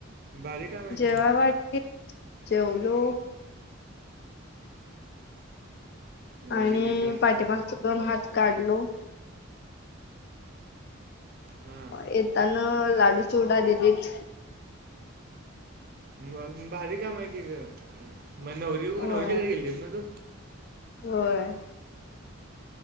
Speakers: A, on the right; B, on the left.
A: भारी काम आहे
B: जेव्हा
A: की मग.
B: वाढतील, जेवलो.
A: मग
B: आणि
A: लगेच रिटर्न
B: पाठीमागचा दोन हात काढलो.
A: हां
B: येताना लाडू चिवढा दिलीत.
A: मग, बारी काम आहे कि गं, मग नवरी, नवरीच्या
B: होय
A: घरी गेलतीस ना तू?
B: होय.